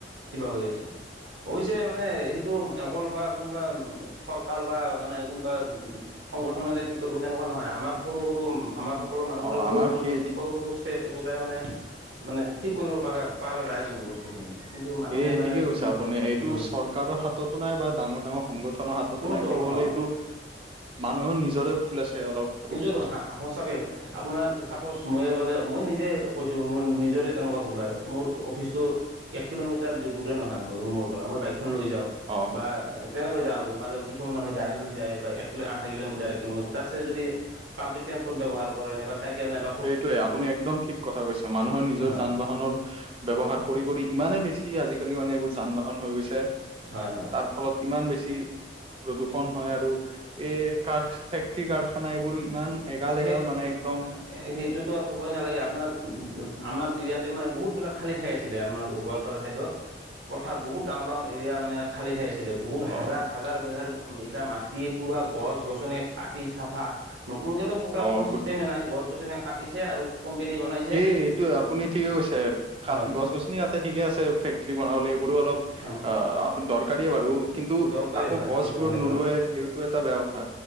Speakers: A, on the right; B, on the right.
A: কিবা হৈ আছে। অৱশ্যে মানে সেইটো অকল বা কোনোবা চৰকাৰ বা মানে কোনোবা- সংগঠনে যে ঠিক কৰিব তেনেকুৱা নহয় আমাৰ সৰু সৰু আমাৰ সকলো মানুহৰে
B: অ',
A: সৰু
B: আমাৰ
A: সৰুতে
B: সেই
A: সৰু সৰু- একোটাই মানে মানে ঠিক কৰিব পাৰ পৰা যায় কিন্তু বস্তু- সেইখিনিয়ে কিন্তু মানুহে
B: এ
A: মানে।
B: ঠিকে কৈছে আপুনি
A: উম
B: এইটো চৰকাৰৰ হাততো নাই বা ডাঙৰ ডাঙৰ সংগঠনৰ হাততো
A: কোনো
B: নাই
A: দল
B: ক'ব গ'লে
A: অ
B: এইটো। মানুহৰ নিজৰে ভুল আছে অলপ বহুত,
A: সচাকে আপোনাৰ চাপজ মই বোলে মই নিজে কৈছো মোৰ নিজৰে তেনেকুৱা ভুল হয়। মোৰ অফিচটো এক কিলোমিটাৰ দূৰে নহয় ৰুমৰ পৰা মই বাইকখন লৈ যাওঁ।
B: অঁ
A: বা তেনেকৈ যাওঁ আৰু মানে কিছুমান মানুহে গাড়ী লৈ যায় বা এক কিলো আধা কিলোমিটাৰ এক কিলোমিটাৰ তাতছে যদি- পাব্লিক ট্ৰেন্সপৰ্ট ব্যবহাৰ কৰে নাই বা চাইকেল নাইবা -
B: সেইটোৱে আপুনি একদম ঠিক কথা কৈছে মানুহৰ নিজৰ
A: হয়
B: যান বাহনৰ- ব্যৱহাৰ কৰি কৰি ইমানেই বেছি আজিকালি মানে এইবোৰ যান বাহন হৈ গৈছে।
A: হয় হয়।
B: তাৰ ফলত ইমান বেছি। প্ৰদূষণ হয় আৰু এ কাৰ ফেক্টৰী কাৰখানা এইবোৰো ইমান। এগাল
A: ফেৰ
B: এগাল মানে একদম
A: এ সেইতো ক'বই নালাগে আপোনাৰ আমাৰ এৰিয়াতে মানে বহুত বিলাক খালি থাই আছিলে আমাৰ গোৱালপাৰা চাইদত।
B: <inaudible>
A: পথাৰ বহুত ডাঙৰ ডাঙৰ এৰিয়া মানে খালী থাই আছিলে বহুত হাজাৰ
B: অ
A: হাজাৰ বিঘাৰ। উ বিষা মাটি পুৰা গছ গছনি কাটি চাফা নতুনকেতো। পুতা
B: অ
A: কোনো
B: গো
A: চিষ্টেমে নাই গছ গছনি কাটিছে আৰু কোম্পেনী বনাইছে।
B: সেই এইটো আপুনি ঠিকে কৈছে
A: হয়
B: গছ গছনি তাতে ঠিকে আছে ফেক্টৰী বনাবলৈ এইবোৰো অলপ,
A: অ
B: আহ আপ দৰকাৰীয়ে বাৰু কিন্তু
A: দৰকাৰী
B: আকৌ
A: হয়
B: গছবোৰ
A: কিছুমান ক্ষেত্ৰত
B: নোৰোৱে যে সেইটো এটা বেয়া কথা।